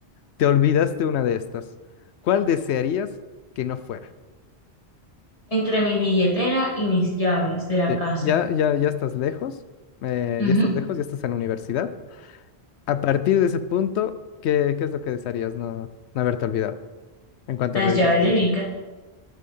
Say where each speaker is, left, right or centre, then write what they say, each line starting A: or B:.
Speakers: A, on the left; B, on the left.
A: te olvidaste una de estas. ¿Cuál desearías que no fuera?
B: Entre mi billetera y mis llaves de la
A: Sí,
B: casa.
A: ya, ya, ya estás lejos, eh,
B: Ujú.
A: ya estás lejos, ya estás en la universidad. A partir de ese punto, ¿qué, qué es lo que desearías no, no haberte olvidado en cuanto
B: Las
A: revisas
B: llaves
A: tu
B: de
A: mochilita?
B: mi casa.